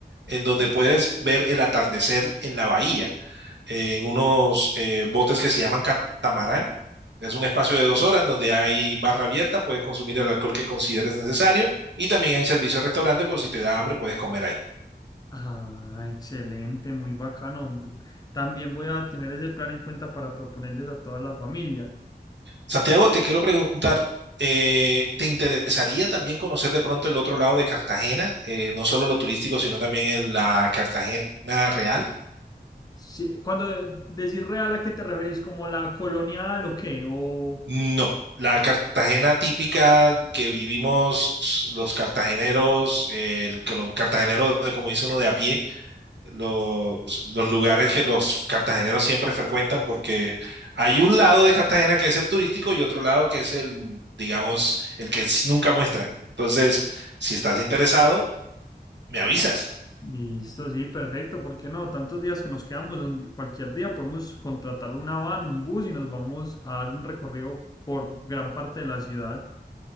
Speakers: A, on the right; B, on the left.
A: en donde puedes ver el atardecer en la bahía, eh, en unos eh, botes que se llaman catamarán. Es un espacio de dos horas donde hay barra abierta, puedes consumir el alcohol que consideres necesario y también hay servicio de restaurante por si te da hambre, puedes comer ahí.
B: Ah, excelente, muy bacano. También voy a tener ese plan en cuenta para proponerles a todas las familias.
A: Santiago, te quiero preguntar, eh, ¿te interesaría también conocer de pronto el otro lado de Cartagena? Eh, no solo lo turístico, sino también en la Cartagena real.
B: Sí, cuando de- decís real, ¿a qué te referís? ¿Como la colonial o qué? O...
A: No, la Cartagena típica que vivimos los cartageneros, eh, el que los cartageneros, de- como dice uno de a pie, los, los lugares que los cartageneros siempre frecuentan, porque hay un lado de Cartagena que es el turístico y otro lado que es el, digamos, el que s- nunca muestran. Entonces, si estás interesado, me avisas.
B: Listo, sí, perfecto, ¿por qué no? Tantos días que nos quedamos, un di- cualquier día podemos contratar una van, un bus y nos vamos a dar un recorrido por gran parte de la ciudad.